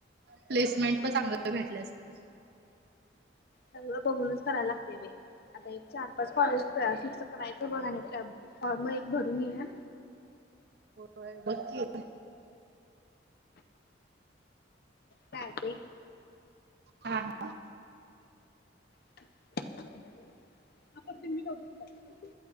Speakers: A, on the right; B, on the left.
A: प्लेसमेंट पण चांगलं भेटले असते
B: सगळं बगुनच करायला लागतय बइ आता एक चार पाच कॉलेज प फिक्स करायचं बग आणि फॉर्म एक भरून येउया
A: होय बकी
B: चालतय की
A: हा हा
B: <unintelligible>